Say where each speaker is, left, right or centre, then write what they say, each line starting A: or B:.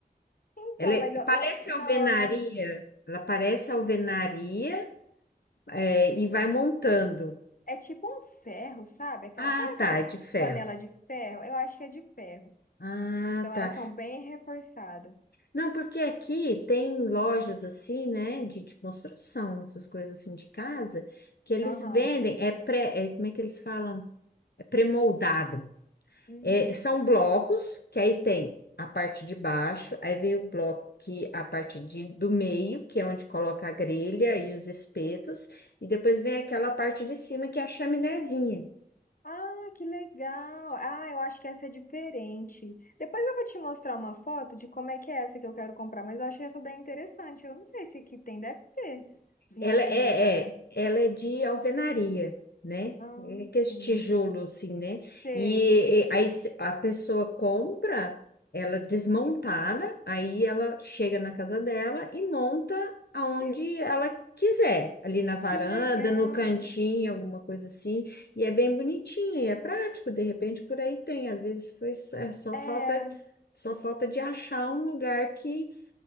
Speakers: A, on the left; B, on the left.
A: Então,
B: Ela é-
A: mas eu,
B: parece
A: eu
B: alvenaria,
A: não,
B: ela parece alvenaria, é, e vai montando.
A: É tipo um ferro, sabe? Aquela,
B: Ah,
A: sabe aquelas
B: tá, é de ferro.
A: panelas de ferro? Eu acho que é de ferro.
B: Ah,
A: Então elas
B: tá.
A: são bem reforçadas.
B: Não, porque aqui tem lojas assim, né, de, de construção, essas coisas assim de casa, que eles
A: Aham.
B: vendem, é pré, é, como é que eles falam? É pré-moldado.
A: Uhum.
B: É, são blocos, que aí tem a parte de baixo, aí vem o bloco que é a parte de, do meio, que é onde coloca a grelha e os espetos, e depois vem aquela parte de cima que é a chaminézinha.
A: Ah, que legal. Ah, eu acho que essa é diferente. Depois eu vou te mostrar uma foto de como é que é essa que eu quero comprar, mas eu achei essa daí interessante. Eu não sei se aqui tem, deve ter em
B: Ela
A: algum
B: é,
A: lugar.
B: é, ela é de alvenaria, né?
A: Ah,
B: É
A: sim.
B: que esse tijolo, assim, né?
A: Sei,
B: E,
A: sei.
B: e aí se- a pessoa compra ela desmontada, aí ela chega na casa dela e monta aonde
A: E-
B: ela quiser, ali na varanda,
A: Que legal.
B: no cantinho, alguma coisa assim. E é bem bonitinha e é prático, de repente por aí tem. Às vezes foi, só- é só
A: É,
B: falta, só falta de achar um lugar que